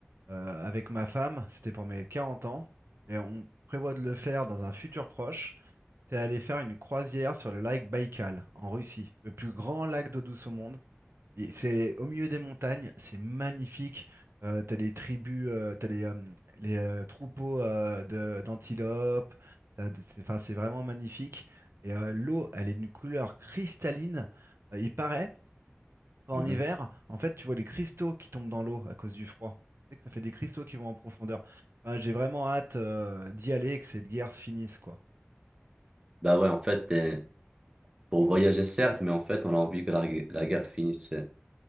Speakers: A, on the right; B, on the right.
A: euh, avec ma femme. C'était pour mes 40 ans et on prévoit de le faire dans un futur proche. C'est aller faire une croisière sur le lac Baïkal en Russie, le plus grand lac d'eau douce au monde. Et C'est au milieu des montagnes, c'est magnifique. Euh, t'as les tribus, euh, t'as les, euh, les euh, troupeaux euh, de, d'antilopes. T'as des- C'est, enfin, c'est vraiment magnifique. Et euh, l'eau, elle est d'une couleur cristalline. Euh, il paraît qu'en
B: Mhm.
A: hiver, en fait, tu vois les cristaux qui tombent dans l'eau à cause du froid. Tu sais que ça fait des cristaux qui vont en profondeur. Enfin, j'ai vraiment hâte euh, d'y aller et que cette guerre se finisse, quoi.
B: Bah ouais, en fait, euh, pour voyager, certes, mais en fait, on a envie que la, gu- la guerre finisse euh,